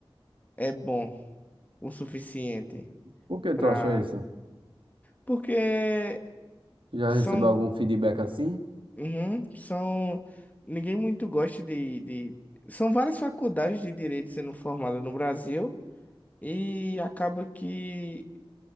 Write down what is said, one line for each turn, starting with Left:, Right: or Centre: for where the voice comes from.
Left: é bom o suficiente
Right: Por que
Left: pra.
Right: tu acha isso?
Left: Porque
Right: Já
Left: são,
Right: recebeu algum feedback assim?
Left: uhum, são, ninguém muito gosta de, de, são várias faculdades de direito sendo formadas no Brasil e acaba que